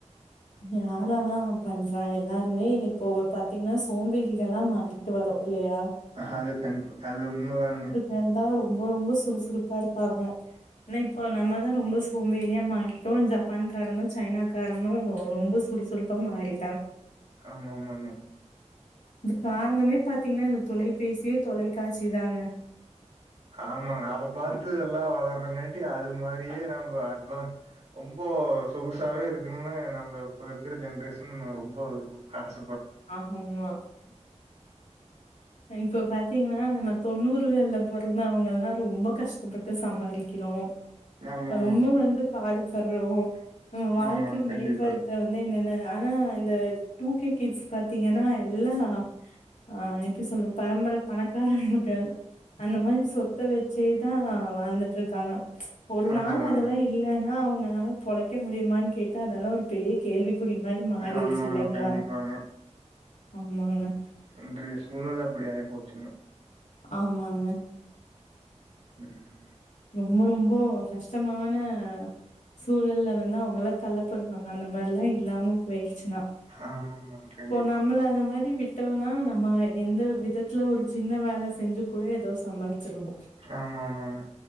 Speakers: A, on the left; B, on the right.
A: ஞாரானா பண்றா எல்லாருமே இப்போ பாத்தீங்கன்னா சோம்பேறிகளா மாறிட்டு வரோ இல்லயா
B: அது கண் அது உண்மதானுங்க
A: வந்தா ரொம்ப ரொம்ப சுறுசுறுப்பா இருப்பாங்க என்ன இப்போ நம்ம தா ரொம்ப சோம்பேரியா மாறிட்டோ ஜப்பான் காரணு சைனாக்காரணு ரொம்ப சுறுசுறுப்பா மாறி
B: ஆமா ஆமாங்க
A: இதுக் காரணமே பாத்தீங்கன்னா இந்த தொலைபேசியே தொலைக்காட்சி தாங்க
B: ஆமாங்க அத பாத்து எல்லா வளர்றாங்காட்டி அது மாரியே நம்ம அட்வா ரொம்போ சொகுசாவே இருக்குன்னு நம்ம இப்ப இருக்கிற ஜென்ரேஷன் ரொம்ப விருப்ப ஆச
A: ஆமமா இப்ப பாத்தீங்கன்னா நம்ம தொண்ணூறுகல்ல பொறந்தவங்கல்லா ரொம்ப கஷ்டப்பட்டு சம்பாதிக்கறோ
B: ஆமாமாங்க.
A: ரொம்ப வந்து பாடுபட்றோ நம்ம வாழ்க்கைய
B: ஆமாங்க. கண்டிப்பா.
A: மேம்படு வந்து என்னென்ன ஆனா இந்த டூ கே கிட்ஸ் பாத்தீங்கன்னா எல்லா ஆ எப்டி சொல்ற பரம்பரை பணக்காரக்கு அந்த மாரி சொத்த வச்சேதான் வாழ்ந்துட்டுருக்காங்க ஒரு
B: அதுதாங்க.
A: நாள் அதெல்லாம் இல்லன்னா அவங்கனால பொழைக்க முடியுமான்னு கேட்டா அதெல்லா ஒரு பெரிய கேள்விக்குறி மாரி மாறிருச்சி
B: ஆமாமா.
A: இல்லைங்களா
B: கண்டிப்பாங்க.
A: ஆமாங்க
B: இன்றைய சூழ்நெல அப்டி ஆய்போச்சுங்க
A: ஆமாங்க
B: ம்
A: ரொம்ப ரொம்போ கஷ்டமான ஆ சூழல்ல வந்து அவங்கல்லா தள்ளப்படுவாங்க அந்த மாரில்லா இல்லாம போயிடுச்சுன்னா
B: ஆமாமா. கண்டிப்பாங்க.
A: இப்போ நம்மள அந்த மாரி விட்டோனா நம்ம எந்த ஒரு விதத்துல ஒரு சின்ன வேல செஞ்சு கூட எதோ சம்பாரிச்சிருவோ
B: ஆமா ஆமாங்க